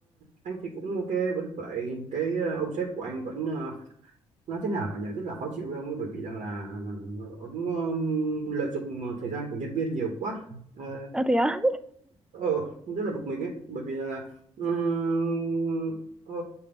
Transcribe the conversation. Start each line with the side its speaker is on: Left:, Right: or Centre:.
Right: anh thì cũng ok, vẫn vậy. Cái ờ, ông sếp của anh vẫn ờ, nói thế nào nhỉ? Rất là khó chịu với ông ấy bởi vì rằng là ờ, ông ờ, lợi dụng ờ, thời gian của nhân viên nhiều quá. Ờ,
Centre: Ờ thế á?
Right: ờ, rất là bực mình ấy, bởi vì là ừm, ờ,